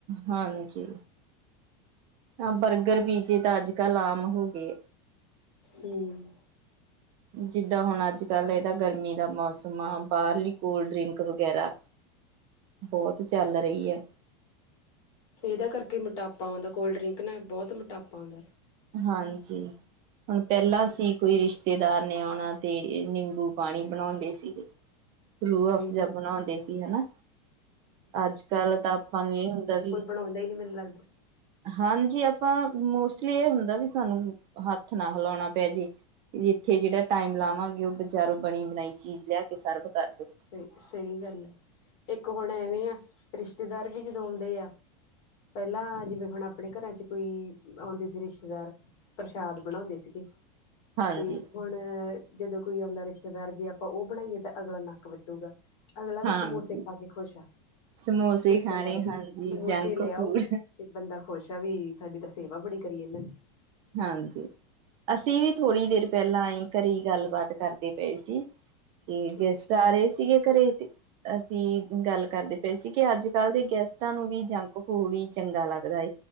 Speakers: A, on the right (about 30°); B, on the left (about 45°).
A: ਹਾਂਜੀ, ਹ ਬਰਗਰ ਪੀਜੇ ਤਾਂ ਅੱਜ ਕੱਲ੍ਹ ਆਮ ਹੋ ਗਏ।
B: ਹੂੰ,
A: ਜਿੱਦਾਂ ਹੁਣ ਅੱਜ ਕੱਲ ਇਹਦਾ ਗਰਮੀ ਦਾ ਮੌਸਮ ਆ ਬਾਹਰਲੀ ਕੋਲਡ ਡਰਿੰਕ ਵਗੈਰਾ ਬਹੁਤ ਚੱਲ ਰਹੀ ਐ।
B: ਇਹਦਾ ਕਰਕੇ ਮੋਟਾਪਾ ਆਉਂਦਾ ਕੋਲਡ ਡਰਿੰਕ ਨੇ ਬਹੁਤ ਮੋਟਾਪਾ ਆਉਂਦਾ।
A: ਹਾਜੀ ਹੁਣ ਪਹਿਲਾਂ ਸੀ। ਕੋਈ ਰਿਸ਼ਤੇਦਾਰ ਨੇ ਆਉਣਾ ਤੇ ਨਿੰਬੂ ਪਾਣੀ ਬਣਾਉਂਦੇ ਸੀਗੇ। ਰੂਹ
B: ਸਹੀ
A: ਅਫਜ਼
B: ਗੱਲ ਹੈ
A: ਬਣਾਉਂਦੇ ਸੀ ਹਨਾ ਅੱਜ ਕੱਲ ਤਾਂ ਆਪਾਂ ਨੂੰ ਇਹ ਹੁੰਦਾ ਵੀ।
B: ਬਣਾਉਂਦੇ ਨੀ ਮੈਨੂੰ ਲਗਦਾ।
A: ਹਾਂਜੀ ਆਪਾਂ ਮੋਸਟਲੀ ਇਹ ਹੁੰਦਾ ਵੀ ਸਾਨੂੰ ਹੱਥ ਨਾ ਹਿਲਾਉਣਾ ਪੈ ਜੇ। ਇੱਥੇ ਜਿਹੜਾ ਟਾਈਮ ਲਾਵਾਂਗੇ ਬਜ਼ਾਰੋਂ ਬਣੀ ਬਣਾਈ ਚੀਜ਼ ਲਿਆ ਕੇ ਸਰਵ ਕਰਦੋ।
B: ਸਹੀ ਸਹੀ ਗੱਲ ਹੈ ਇੱਕ ਹੁਣ ਐਵੇਂ ਆ ਰਿਸ਼ਤੇਦਾਰ ਵੀ ਜਦੋਂ ਉਂਦੇ ਆ ਪਹਿਲਾਂ ਜਿਵੇਂ ਹੁਣ ਆਪਣੇ ਘਰਾਂ ਚ ਕੋਈ ਆਉਂਦੇ ਸੀ ਰਿਸ਼ਤੇਦਾਰ ਪ੍ਰਸ਼ਾਦ ਬਣਾਉਂਦੇ ਸੀਗੇ।
A: ਹਾਂਜੀ
B: ਤੇ ਹੁਣ ਜਦੋਂ ਕੋਈ ਆਉਂਦਾ ਰਿਸ਼ਤੇਦਾਰ ਜੇ ਆਪਾਂ ਉਹ ਬਣਾਈਏ ਤਾਂ ਅਗਲਾ ਨੱਕ ਵੱਟੂਗਾ। ਅਗਲਾ
A: ਹਾਂਜੀ
B: ਵੀ ਸਮੋਸੇ ਖਾ ਕੇ ਖੁਸ਼ ਆ
A: ਸਮੋਸੇ
B: ਰਿਸ਼ਤੇਦਾਰ
A: ਖਾਣੇ
B: ਵੀ
A: ਹਾਂਜੀ
B: ਸਮੋਸੇ
A: ਜੰਕ
B: ਲੈ ਆਓ।
A: ਫੂਡ
B: ਤੇ ਬੰਦਾ ਖੁਸ਼ ਆ ਵੀ ਸਾਡੀ ਤਾਂ ਸੇਵਾ ਬੜੀ ਕਰੀ ਜਾਂਦੇ ਨੇ
A: ਹਾਂਜੀ ਅਸੀਂ ਵੀ ਥੋੜੀ ਦੇਰ ਪਹਿਲਾਂ ਅ ਘਰ ਗੱਲਬਾਤ ਕਰਦੇ ਪਏ ਸੀ। ਕੀ
B: ਨੇ
A: ਗੈਸਟ
B: ਅੱਛਾ
A: ਆ ਰਹੇ ਸੀ ਘਰੇ ਤੇ ਅਸੀਂ ਗੱਲ ਕਰਦੇ ਪਏ ਸੀ ਕਿ ਅੱਜ ਕੱਲ ਦੇ ਗੈਸਟਾਂ ਨੂੰ ਵੀ ਜੰਕ ਫੂਡ ਹੀ ਚੰਗਾ ਲੱਗਦਾ।